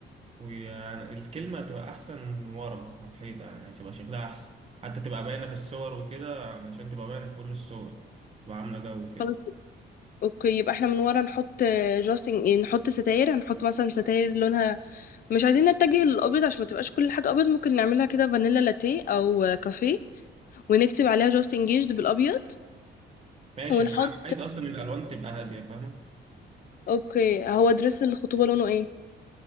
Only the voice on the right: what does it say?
والكلمة تبقى أحسن ورا على الحيطة يعني هتبقى شكلها أحسن حتى تبقى باينة في الصور وكده عشان تبقى باينة في كل الصور تبقى عاملة جو كده
ماشي
احنا- أنا عايز أصلا الألوان تبقى هادية فاهمة